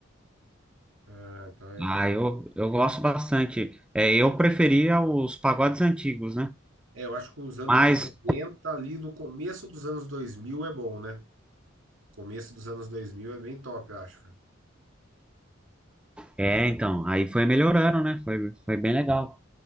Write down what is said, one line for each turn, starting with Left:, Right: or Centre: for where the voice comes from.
Right: Ah, então é.
Centre: Ah, eu, eu gosto bastante. É, eu preferia os pagodes antigos, né?
Right: É, eu acho que os anos
Centre: Mas,
Right: 90 ali no começo dos anos 2000 é bom, né? Começo dos anos 2000 é bem top, eu acho, cara.
Centre: é, então, aí foi melhorando, né? Foi, foi bem legal.